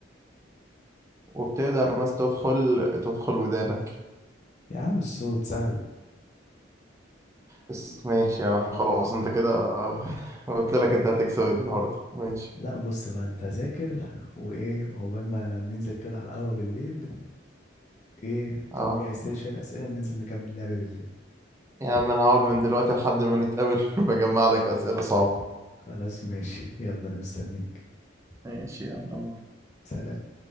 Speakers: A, on the right; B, on the left.
A: وبتقدر بس تدخل تدخل ودانك
B: يا عم الصوت سهلة
A: بس ماشي يا عم خلاص انت كده <laughs> قلت لك انت هتكسب النهارده ماشي
B: لا بص بقى انت ذاكر وايه عقبال ما ننزل كده على القهوة بالليل ايه
A: اه
B: تكون جهزت لي شوية اسئلة وننزل نكمل لعبة بالليل
A: يا عم انا هقعد من دلوقتي لحد ما نتقابل <laughs> بجمع لك اسئله صعبه
B: خلاص ماشي يلا انا مستنيك
A: ماشي يلا باي.
B: سلام